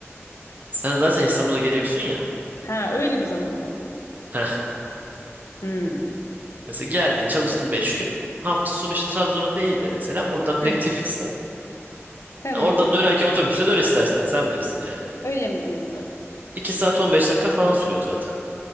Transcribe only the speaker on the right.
Sen zaten İstanbul'a geliyorsun ya.
Heh,
mesela geldin çalıştın 5 gün. Hafta sonu işte Trabzon'a değil de mesela buradan
direkt Tiflis'e.
Oradan dönerken otobüste dön istersen sen bilirsin yani.
2 saat 15 dakika falan sürüyor zaten